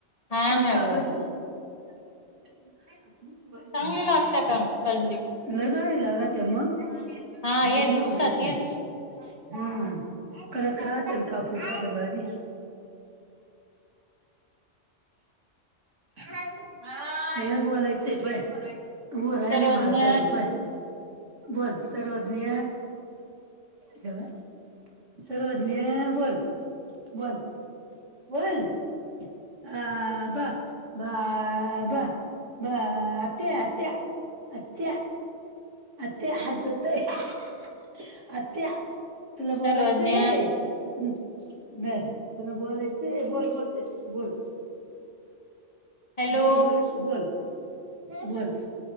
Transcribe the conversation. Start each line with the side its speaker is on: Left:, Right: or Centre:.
Left: हा
Right: परत
Left: ना
Right: कापायचं
Left: ग
Right: खाय ना. नको बाय
Left: चांगली लागता का कलंदीची
Right: लय बारी लागत्यान मग?
Left: हा
Right: बरी
Left: या
Right: मोटुन
Left: दिवसात
Right: होती.
Left: हेच
Right: हम कडक राहतेन कापून खायला भारी.
Left: <inaudible>
Right: ह ह्याला बोलायचं हाय पाय. उभ राहिलय
Left: सर्वज्ञ
Right: माग धरून पाय. बोल सर्वज्ञ. ते बघ सर्वज्ञ बोल बोल बोल. हआबा बाबा बा आत्या हाय आत्या अत्या-अत्या हसतय <unintelligible> आत्या. तुला
Left: सर्वज्ञ
Right: बोलायचं हम धर तुला बोलायच बोल-बोल तेच्याशी बोल
Left: हॅलो
Right: बोल गोलूशी बोल-बोल